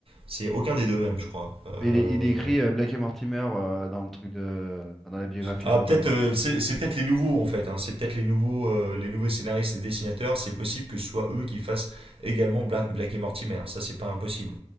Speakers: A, on the right; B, in the centre.
A: C'est aucun des deux même, je crois. Euh,
B: Il est, il est écrit euh, Black et Mortimer euh, dans le truc de... enfin, dans la biographie
A: Ah,
B: de Van
A: peut-être,
B: Damme.
A: euh, c'est c'est peut-être les nouveaux en fait. hein. C'est peut-être les nouveaux, euh, les nouveaux scénaristes et dessinateurs. C'est possible que ce soit eux qui fassent également Black Black et Mortimer. Ça, c'est pas impossible.